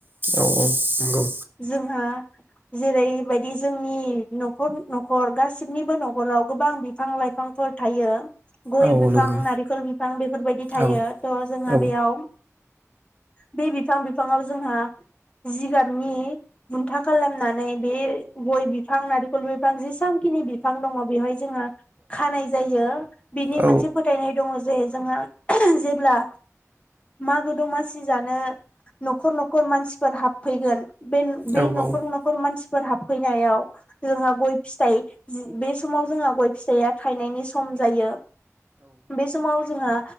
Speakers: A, on the right; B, on the left.
A: औ औ नंगौ।
B: जोंहा जेरैबायदि जोंनि न'खर न'खर गासिबनिबो न'खराव गोबां बिफां-लाइफांफोर थायो। गय
A: औ औ
B: बिफां
A: नंगौ
B: नारिखल बिफां बेफोरबायदि थायो
A: औ
B: त' जोंङाबेयाव।
A: औ
B: <unintelligible> जोंहा जिगाबनि बुन्था खालामनानै बे गय बिफां नारिखल बिफां जेसेबांखिनि बिफां द‌ङ बेवहाय। जोंङा खानाय जायो बिनि
A: औ
B: मोनसे फोथायनाय दङ। जायो जोंहा जेब्ला मागो दमासि जानो न खर न'खर मानसिफोर हाबफैगोन । बे
A: औ
B: बे न'खर न'खर मानसि फोर हाबफैनायाव जोंहा गय फिथाइ बे समाव जोंहा गय फिथाइया थायनायनि सम जायो । बे समाव जोंहा